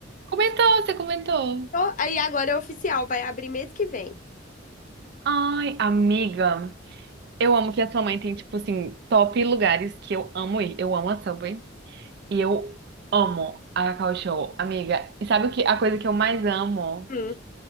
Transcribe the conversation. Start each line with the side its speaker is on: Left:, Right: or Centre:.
Right: Comentou, você comentou.
Left: Ó, Aí agora é oficial, vai abrir mês que vem.
Right: Ai, amiga, eu amo que a sua mãe tem, tipo assim, top lugares que eu amo ir. Eu amo a Subway e eu amo a Cacau Show, amiga. E sabe o que? A coisa que eu mais amo?
Left: Hum.